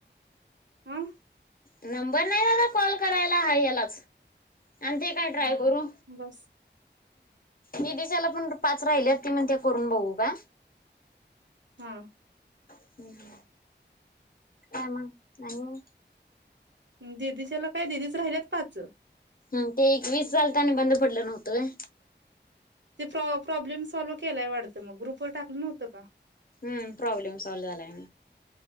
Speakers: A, on the right; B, on the left.
A: अं?
B: नंबर नाही मला कॉल कराय हाय यालाच, आणि ते
A: हा
B: काय ट्राय करू.
A: बस
B: निधिशाला पण पाच राहिल्यात ती म्हणत्या करून बघू का?
A: हं.
B: हम् हम. काय मग आणि?
A: दिदीच्याला काय दिदीच राहिल्यात पाच.
B: हम् ते एक वीस झालतं आणि बंद पडलं नव्हतं व्हयं.
A: ते प्रॉ प्रॉब्लेम सॉल्व्ह केलाय वाटतं मग ग्रुपवर टाकलं नव्हतं का?
B: हम् प्रॉब्लेम सॉल झालाय म्हणून.